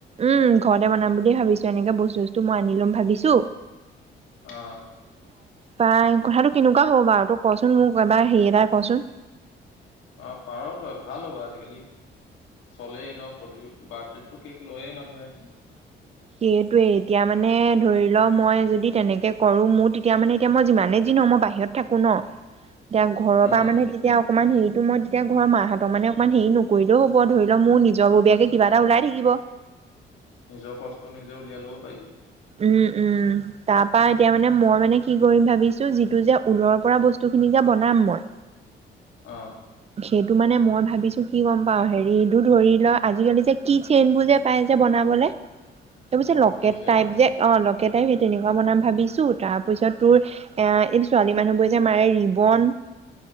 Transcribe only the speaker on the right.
উম ঘৰতে বনাম বুলিয়ে ভাবিছো, এনেকে বস্তু বস্তু মই আনি লম ভাবিছো।
পাই কথাটো কেনেকুৱা হ'ব বাও? তোক কচোন মোক এবাৰ হেৰি এটা কচোন?
সেইটোৱেই। এতিয়া মানে ধৰি ল, মই যদি তেনেকে কৰো, মোৰ তেতিয়া মানে এতিয়া মই যিমানে যি ন মই বাহিৰত থাকো ন, এতিয়া ঘৰৰ
পৰা মানে তেতিয়া অকণমান হেৰিতটো মই তেতিয়া ঘৰৰ মাহঁতক মানে অকমান হেৰি নকৰিলেও হব, ধৰি ল মোৰ নিজৰ ববীয়াকে কিবা এটা ওলাই থাকিব।
উম উম তাৰ পৰা এতিয়া মানে মই মানে কি কৰিম ভাবিছো, যিটো যে ঊলৰ পৰা বস্তুখিনি যে বনাম মই।
সেইটো মানে মই ভাবিছো কি গম পাও হেৰিটো ধৰি ল আজিকালি যে কি চেইনবোৰ যে পাই যে বনাবলে এই
লকেট
টাইপ
যে অ টাই সেই তেনেকুৱা বনাম ভাবিছো তাৰ পিছত তোৰ এ এইটো ছোৱালী মানুহবোৰে যে মাৰে ৰিবন